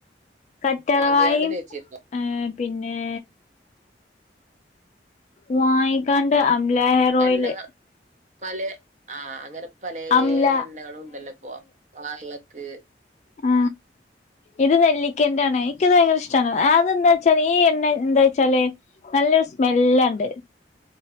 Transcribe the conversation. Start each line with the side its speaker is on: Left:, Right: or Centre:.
Left: കറ്റാർവായും
Right: വാങ്ങിയാണ്ട് തേച്ചിരുന്നോ
Left: ഏ... പിന്നേ... വാങ്ങിക്കാണ്ട് അംലഹെയറോയില്
Right: എണ്ണ പലേ.. ആ.. അങ്ങനെ പലേ...
Left: അംല
Right: എണ്ണകളുണ്ടല്ലപോ പാർളക്ക്
Left: അ ഇത് നെല്ലിക്കെന്റൊണ് നിക്ക്‌ത് ഭയങ്കരഷ്ട്ടാണ് ആ.. അത് ന്താച്ചാല് ഈ എണ്ണേൻ ന്താ ന്താചാല് നല്ലൊരു സ്മെല്ലാണ്ട്